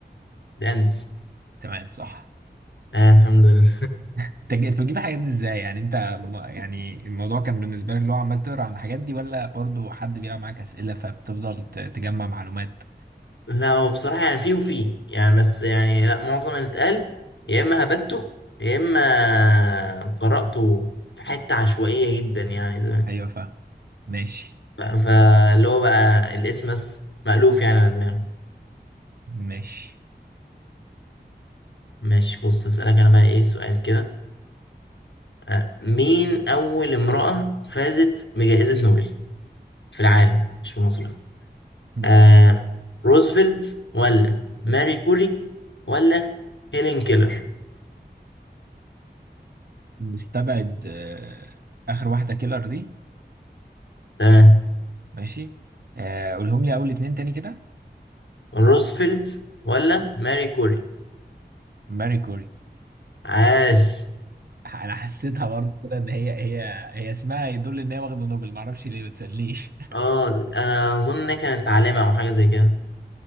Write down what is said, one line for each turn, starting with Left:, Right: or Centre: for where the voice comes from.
Left: الأندز
Right: تمام صح
Left: آه الحمد لله
Right: انت ج- أنت بتجيب الحاجات دي ازاي يعني انت م- يعني الموضوع كان بالنسبة لك اللي هو عمال تقرا عن الحاجات دي ولا برضو حد بيلعب معاك أسئلة فبتفضل ت- تجمع معلومات
Left: <laughs> لا هو بصراحة يعني فيه وفيه يعني بس يعني لا معظم اللي اتقال يا إما هبته يا إما قرأته في حتة عشوائية جدا يعني زمان
Right: ايوه فاهم ماشي
Left: ف- فاللي هو بقى الاسم بس مألوف يعني على دماغي
Right: ماشي
Left: ماشي بص هسألك أنا بقى إيه سؤال كده آه، مين أول امرأة فازت بجائزة نوبل في العالم مش في مصر بس
Right: م-
Left: آه روزفلت ولا ماري كوري ولا هيلين كيلر
Right: نستبعد آه، آخر واحدة كيلر دي
Left: تمام
Right: ماشي آه، قولهم لي أول اتنين تاني كده
Left: روزفلت ولا ماري كوري
Right: ماري كوري
Left: عاش
Right: ح- <laughs> أنا حسيتها برضه كده إن هي هي هي اسمها يدل إن هي واخدة نوبل معرفش ليه ما تسألنيش <laughs>
Left: اه انا اظن انها كانت عالمة او حاجة زي كده